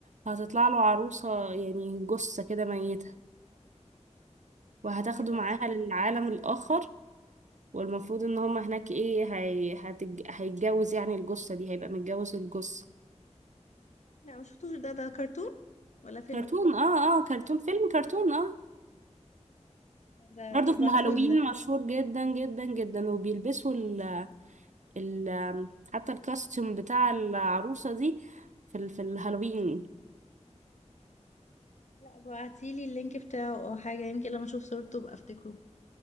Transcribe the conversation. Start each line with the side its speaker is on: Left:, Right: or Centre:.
Right: هتطلع له عروسة يعني جثة كده ميتة وهتاخده
Left: ايه ده
Right: معاها
Left: لا
Right: للعالم الآخر والمفروض ان هما هناك ايه هي... هتج... هيتجوز يعني الجثة دي هيبقى متجوز الجثة
Left: لا ما شفتوش ده ده كرتون ولا فيلم
Right: كرتون اه اه كرتون فيلم كرتون اه
Left: ده
Right: برضه
Left: ابعتهولي
Right: في الهالوين
Left: ده
Right: مشهور جدا جدا جدا وبيلبسوا ال ال حتى الكاستيوم بتاع العروسة دي في ال... في الهالوين
Left: لا ابعتيلي اللينك بتاعه او حاجة يمكن لما اشوف صورته ابقى افتكره